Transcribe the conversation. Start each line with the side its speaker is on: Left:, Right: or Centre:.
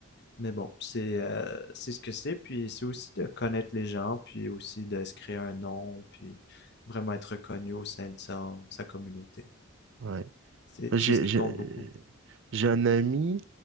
Left: mais bon, c'est euh, c'est ce que c'est, puis c'est aussi de connaître les gens, puis aussi de se créer un nom, puis vraiment être reconnu au sein de sa, sa communauté.
Right: Ouais.
Left: C'est
Right: Moi, J'ai,
Left: c'est ce qui
Right: j'ai,
Left: compte beaucoup.
Right: j'ai un ami